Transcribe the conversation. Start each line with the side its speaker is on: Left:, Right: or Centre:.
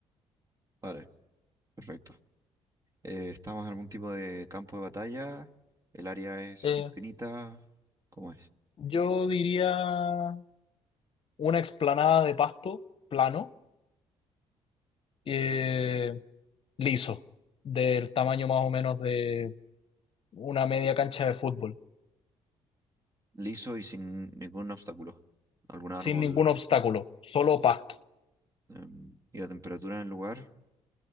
Right: Vale, perfecto. Eh, estamos en algún tipo de campo de batalla, el área es
Left: Eh,
Right: infinita, ¿cómo es?
Left: yo diría una explanada de pasto plano, eh, liso, del tamaño más o menos de una media cancha de fútbol,
Right: Liso y sin ningún obstáculo. Algún árbol,
Left: sin ningún obstáculo, solo pasto.
Right: em, y la temperatura en el lugar,